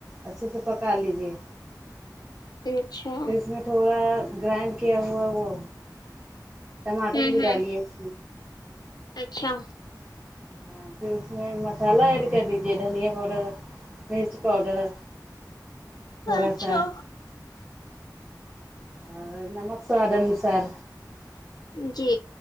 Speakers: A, on the right; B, on the left.
A: اچھے سے پکا لیجیے
B: ا اچھا
A: پھر اس میں تھوڑا گرائنڈ کیا ہوا وہ ٹماٹر
B: ہوں
A: بھی
B: ہوں
A: ڈالیے <inaudible>
B: اچھا
A: ہاں پھر اس میں مسالہ ایڈ کر دیجے دھنیا پاؤڈر مرچ پاؤڈر تھورا
B: اچھا
A: سا اور نمک سواد انوسار
B: جی